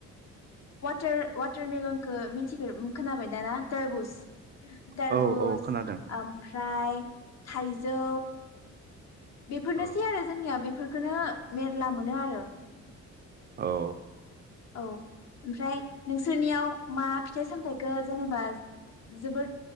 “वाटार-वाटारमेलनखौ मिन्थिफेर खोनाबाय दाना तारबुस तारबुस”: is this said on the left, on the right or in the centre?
Left